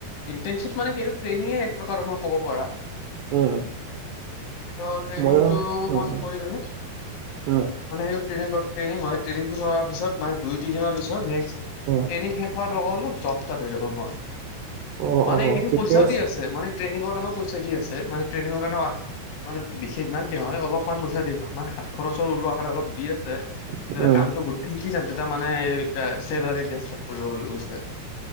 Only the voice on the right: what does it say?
উম।
ময়ো উম
উম
উম
অ
অ
ঠিকে
উম